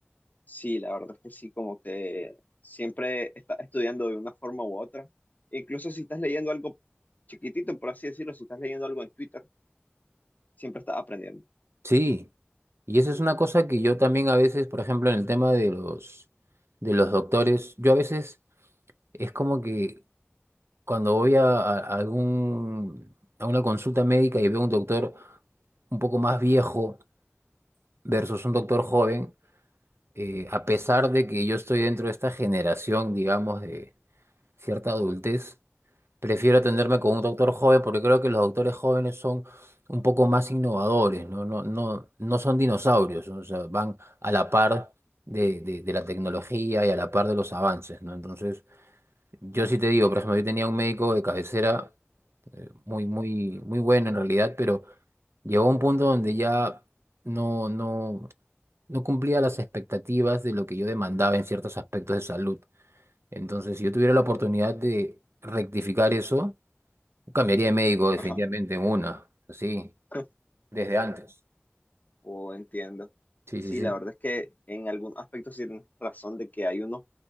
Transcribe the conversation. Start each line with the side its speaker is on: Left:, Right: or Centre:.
Left: sí, la verdad es que sí, como que siempre estás estudiando de una forma u otra. Incluso si estás leyendo algo chiquitito, por así decirlo, si estás leyendo algo en Twitter, siempre estás aprendiendo.
Right: Sí. Y esa es una cosa que yo también a veces, por ejemplo, en el tema de los, de los doctores, yo a veces es como que cuando voy a, a- a algún, a una consulta médica y veo un doctor un poco más viejo versus un doctor joven, eh, a pesar de que yo estoy dentro de esta generación, digamos, de cierta adultez, Prefiero atenderme con un doctor joven porque creo que los doctores jóvenes son un poco más innovadores, no, no, no, no son dinosaurios, ¿no? O sea, van a la par de, de- de la tecnología y a la par de los avances, ¿no? Entonces, yo sí te digo, por ejemplo, yo tenía un médico de cabecera eh, muy, muy, muy bueno en realidad, pero llegó a un punto donde ya no, no, no cumplía las expectativas de lo que yo demandaba en ciertos aspectos de salud. Entonces, si yo tuviera la oportunidad de rectificar eso, Cambiaría de médico definitivamente
Left: Ajá.
Right: en una, sí,
Left: <laughs>
Right: desde antes.
Left: Oh, entiendo.
Right: Sí,
Left: Sí,
Right: sí, sí,
Left: la verdad es que en algún aspecto sí tienes razón de que hay unos